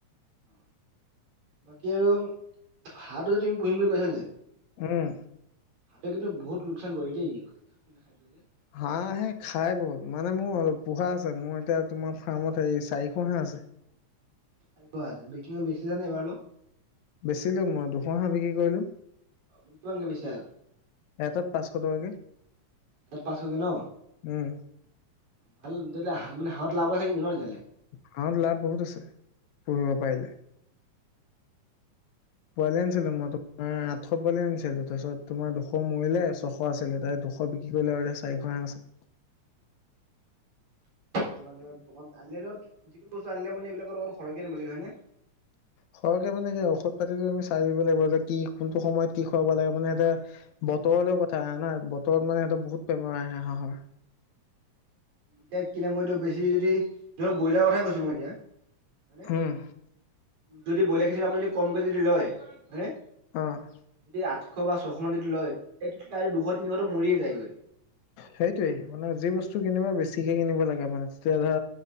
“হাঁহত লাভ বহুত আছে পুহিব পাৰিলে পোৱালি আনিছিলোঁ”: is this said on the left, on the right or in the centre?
Left